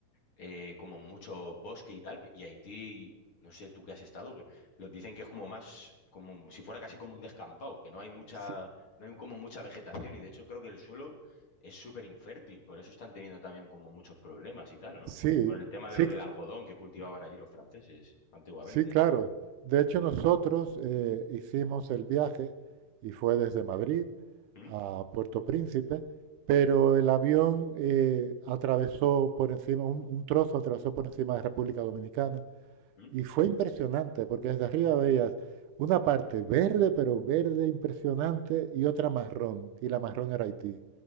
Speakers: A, on the left (about 45°); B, on the right (about 80°).
A: eh, como mucho bosque y tal, y Haití, no sé tú que has estado, que lo dicen que es como más, como si fuera casi como un descampado, que no hay mucha,
B: Sí,
A: no hay como mucha vegetación y de hecho creo que el suelo es súper infértil, por eso están teniendo también como muchos problemas y tal, ¿no?
B: sí,
A: Por el tema
B: sí,
A: de lo del algodón que cultivaban allí los franceses antiguamente.
B: Sí, claro. De hecho, nosotros eh, hicimos el viaje y fue desde Madrid
A: ¿Mm?
B: a Puerto Príncipe, pero el avión eh, atravesó por encima, un, un trozo atravesó por encima de República Dominicana
A: ¿Mm?
B: y fue impresionante porque desde arriba veías una parte verde, pero verde impresionante, y otra marrón, y la marrón era Haití